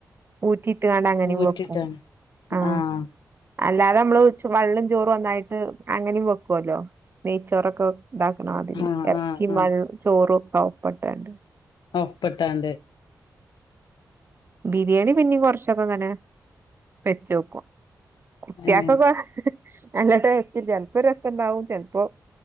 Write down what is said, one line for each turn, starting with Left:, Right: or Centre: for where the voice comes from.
Right: ഊറ്റിയിട്ട് കാണ്ട അങ്ങനെയ
Left: ഊറ്റിട്ടാണ്
Right: വെക്കും ആ
Left: ആഹ്
Right: അല്ലാതെ നമ്മള് വെള്ളം ചോറും ഒന്നായിട്ട് അങ്ങനെയും വെക്കുവല്ലോ നെയ്ച്ചോറൊക്കെ ഇതാക്കണം അതിരി
Left: ആഹ് ആഹ്
Right: ചിമൽ
Left: ആഹ്
Right: ചോറും ഒക്കെ ഒപ്പിട്ടുണ്ട്
Left: ഒപ്പട്ടാണ്ട്
Right: ബിരിയാണി പിന്നെ കൊറച്ചൊക്കെ അങ്ങനെ വെച്ചോക്കും കുട്ടിയക്കക്ക
Left: ഏഹ്
Right: അങ്ങ ചിലപ്പോ രസംണ്ടാവും ചിലപ്പോ